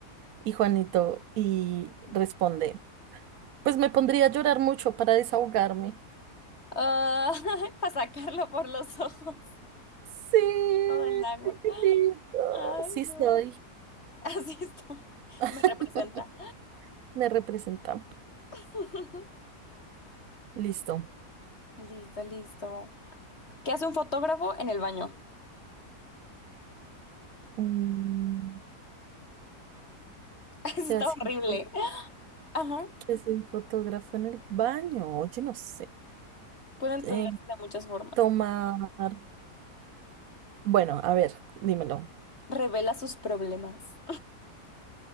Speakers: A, on the right; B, on the left.
A: Y Juanito y
B: Ok.
A: responde, pues me pondría a llorar mucho para desahogarme.
B: Ah, <laughs> para sacarlo por los ojos,
A: Sí,
B: todo el agua.
A: sí, qué lindo.
B: Ay,
A: Sí estoy.
B: no. <laughs> Así estoy.
A: <laughs>
B: Me representa.
A: Me representa.
B: <laughs>
A: Listo.
B: Listo, listo. ¿Qué hace un fotógrafo en el baño?
A: Mm,
B: <laughs> Eso
A: ¿Qué
B: está
A: hace
B: horrible.
A: un, fo-
B: Ajá.
A: qué hace un fotógrafo en el baño? Oye, no sé.
B: Puede entenderse
A: Eh,
B: de muchas formas.
A: tomar. Bueno, a ver, dímelo.
B: Revela sus problemas.